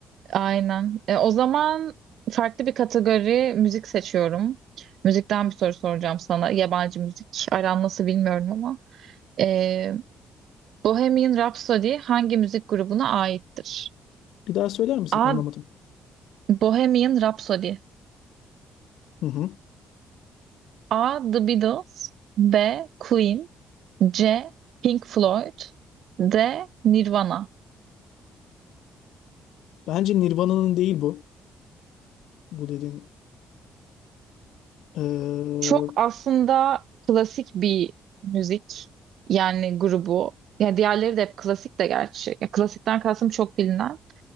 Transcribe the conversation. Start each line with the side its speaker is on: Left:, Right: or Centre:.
Right: aynen. Ee, o zaman farklı bir kategori müzik seçiyorum. Müzikten bir soru soracağım sana. Yabancı müzik aran nasıl bilmiyorum ama. Ee, Bohemian Rhapsody hangi müzik grubuna aittir?
Left: Bir daha söyler misin?
Right: A.
Left: Anlamadım.
Right: Bohemian Rhapsody
Left: Hı hı.
Right: A. The Beatles B. Queen C. Pink Floyd D. Nirvana
Left: Bence Nirvana'nın değil bu. Bu dediğin. Ee,
Right: Çok aslında klasik bir müzik yani grubu. Yani diğerleri de hep klasik de gerçi. Ya klasikten kastım çok bilinen.